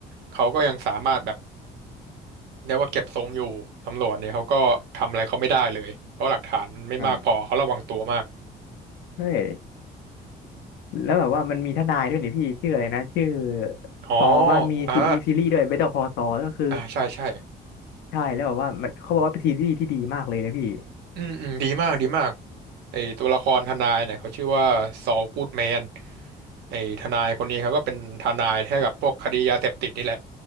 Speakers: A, on the right; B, on the left.
A: เขาก็ยังสามารถแบบ เรียกว่าเก็บทรงอยู่ตำรวจเนี่ยเขาก็ทำอะไรเขาไม่ได้เลยเพราะหลักฐานมันไม่มากพอเขาระวังตัวมาก
B: ใช่เฮ้ยแล้วแบบว่ามันมีทนายด้วยนี่พี่ชื่ออะไรนะชื่อ
A: อ๋อ
B: ซอบ้ามีซีมีซีรีส์ด้วยเบเตอร์คอซอก็คือ
A: อ่าอ่าใช่ใช่
B: ใช่แล้วแบบว่ามันเขาบอกว่าเป็นซีรีส์ที่ดีมากเลยนะพี่
A: อืมอืมดีมากดีมากไอตัวละครทนายเนี่ยเขาชื่อว่าซอลกูดแมนไอทนายคนนี้เขาก็เป็นทนายให้กับพวกคดียาเสพติดนี่แหละ